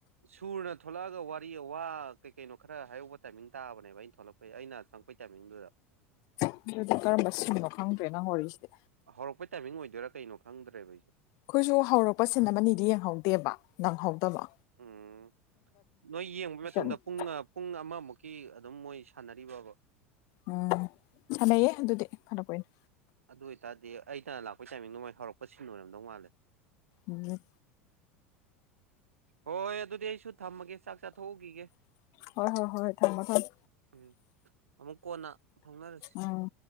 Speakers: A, on the right; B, on the left.
A: ꯁꯨꯔꯗ ꯊꯣꯛꯂꯛꯑꯒ ꯋꯥꯔꯤ ꯋꯥ ꯀꯩ ꯀꯩꯅꯣ ꯈꯔ ꯍꯥꯏꯍꯧꯕ ꯇꯥꯏꯃꯤꯡ ꯇꯥꯕꯅꯦꯕ ꯑꯩꯅ ꯊꯣꯛꯂꯛ ꯄꯩ ꯑꯩꯅ ꯆꯪꯉꯛꯄꯩ ꯇꯥꯏꯃꯤꯡꯗꯨꯗ
B: <unintelligible> ꯀꯔꯝꯕ ꯁꯤꯟꯅꯣ ꯈꯪꯗ꯭ꯔꯦ ꯅꯪ ꯋꯥꯔꯤꯁꯤꯗꯤ
A: ꯍꯧꯔꯛꯄꯩ ꯇꯥꯏꯃꯤꯡ ꯑꯣꯏꯗꯣꯏꯔꯥ ꯀꯩꯅꯣ ꯈꯪꯗ꯭ꯔꯦꯕ ꯑꯩꯖꯨ
B: ꯈꯣꯏꯁꯨ ꯍꯧꯔꯛꯄ ꯁꯤꯟ ꯑꯃꯅꯤꯗꯤ ꯌꯦꯡꯍꯧꯗꯦꯕ ꯅꯪꯍꯧꯗꯕ
A: ꯎꯝ ꯅꯣꯏ ꯌꯦꯡꯕꯩ ꯃꯇꯨꯡꯗ
B: <unintelligible>
A: ꯄꯨꯡ ꯑ ꯄꯨꯡ ꯑꯃꯃꯨꯛꯀꯤ ꯑꯗꯨꯝ ꯃꯣꯏ ꯁꯥꯟꯅꯔꯤꯕꯕ
B: ꯎꯝ ꯁꯥꯟꯅꯩꯌꯦ ꯑꯗꯨꯗꯤ ꯐꯅ ꯀꯨꯏꯅ
A: ꯑꯗꯨ ꯑꯣꯏꯇꯥꯔꯗꯤ ꯑꯩ ꯇꯅ ꯂꯥꯛꯄꯩ ꯇꯥꯏꯃꯤꯡꯗꯨ ꯃꯣꯏ ꯍꯧꯔꯛꯄ ꯁꯤꯟ ꯑꯣꯏꯔꯝꯗꯧ ꯃꯥꯜꯂꯦ
B: ꯎꯝꯍꯝ
A: ꯍꯣꯏ ꯍꯣꯏ ꯑꯗꯨꯗꯤ ꯑꯩꯁꯨ ꯊꯝꯃꯒꯦ ꯆꯥꯛ ꯆꯥꯊꯣꯛꯎꯈꯤꯒꯦ
B: ꯍꯣꯏ ꯍꯣꯏ ꯍꯣꯏ ꯊꯝꯃꯣ ꯊꯝꯃꯣ
A: ꯎꯝ ꯑꯃꯨꯛ ꯀꯣꯟꯅ ꯐꯥꯎꯅꯔꯁꯤ
B: ꯎꯝ